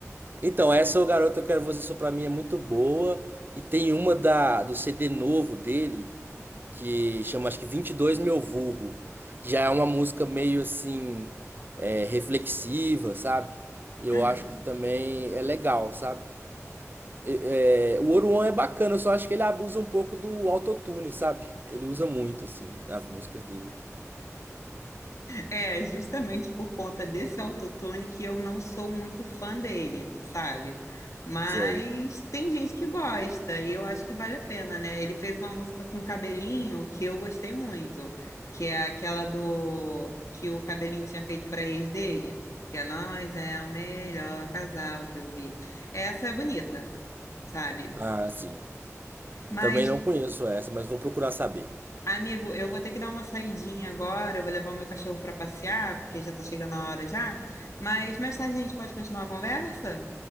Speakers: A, on the right; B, on the left.
A: Então, essa é o Garoto Eu Quero Você Só Pra Mim é muito boa. E tem uma da, do CD novo dele, que chama acho que 22 Meu Vulgo, que já é uma música meio assim, é, reflexiva, sabe? Eu
B: Mhm.
A: acho que também é legal, sabe? É, é, o Oruan é bacana, eu só acho que ele abusa um pouco do autotune, sabe? Ele usa muito, assim, nas músicas dele.
B: É, justamente por conta desse autotune que eu não sou muito fã dele, sabe? Mas
A: Sei.
B: tem gente que gosta e eu acho que vale a pena, né? Ele fez uma música com cabelinho que eu gostei muito, que é aquela do que o cabelinho tinha feito para ex dele, que é Nós é o melhor casal que eu vi. Essa é bonita, sabe?
A: Ah, sim.
B: Mas
A: Também não conheço essa, mas vou procurar saber.
B: Amigo, eu vou ter que dar uma saidinha agora, eu vou levar o meu cachorro para passear, porque já tá chegando a hora já. Mas mais tarde a gente pode continuar a conversa?